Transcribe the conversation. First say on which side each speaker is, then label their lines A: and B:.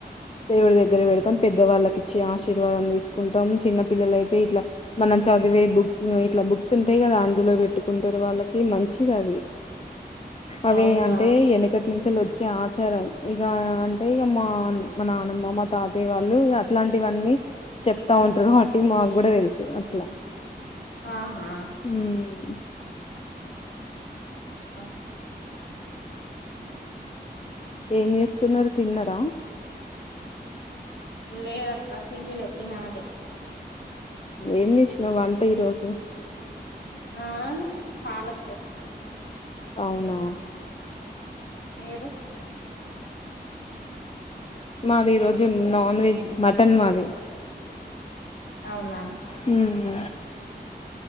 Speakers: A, on the left (about 35°); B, on the left (about 85°).
A: దేవుడి దగ్గర పెడతాం పెద్దవాళ్ళకి ఇచ్చి ఆశీర్వాదం తీసుకుంటాం చిన్న పిల్లలయితే ఇట్లా మనం చదివే బుక్ ఇట్లా బుక్స్ ఉంటాయి కదా అందులో పెట్టుకుంటారు వాళ్ళకి మంచిదది అవి
B: అవునా
A: అంటే వెనుకటి నుంచిలు వచ్చే ఆచారం ఇక పై మాన్. మా నానమ్మ మా తాతయ్య వాళ్ళు అట్లాంటి అవన్నీ చెప్తా ఉంటారు కాబట్టి మా. కూడా తెలుసు అట్లా
B: ఆహా
A: హ్మ్.
B: ఆహ.
A: ఏం చేస్తున్నారు తిన్నారా.
B: లేదక్క తినలే తినాలి
A: ఏం చేసినావు వంట ఈ రోజు
B: ఆ పాలకూర.
A: అవునా
B: మీరు
A: మాది ఈరోోజు నాన్ వెజ్ మటన్ మాది
B: అవున.
A: ఉమ్,